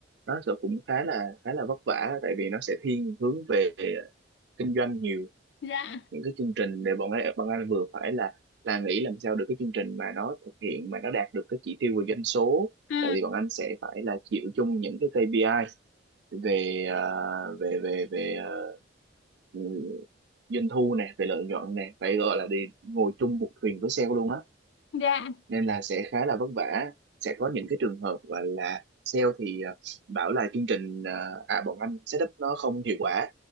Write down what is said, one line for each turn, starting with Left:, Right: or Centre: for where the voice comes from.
Right: nó sẽ cũng khá là khá là vất vả tại vì nó sẽ thiên hướng về kinh doanh nhiều
Left: dạ
Right: những cái chương trình để bọn ấy bọn anh vừa phải là là nghĩ làm sao được cái chương trình mà nó thực hiện mà nó đạt được cái chỉ tiêu về doanh số
Left: ừ
Right: tại vì bọn anh sẽ phải là chịu chung những cái KPI về ờ, về về về ờ, ừ, doanh thu nè về lợi nhuận nè phải gọi là đi ngồi chung một thuyền với sale luôn á
Left: dạ
Right: nên là sẽ khá là vất vả sẽ có những cái trường hợp gọi là sale thì ờ, bảo là chương trình ờ, à bọn anh setup nó không hiệu quả